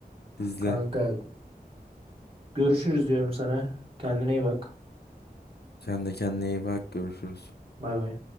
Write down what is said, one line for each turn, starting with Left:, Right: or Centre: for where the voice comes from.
Left: İzle.
Right: Kanka görüşürüz diyorum sana. Kendine iyi bak.
Left: Sen de kendine iyi bak. Görüşürüz.
Right: Bay bay.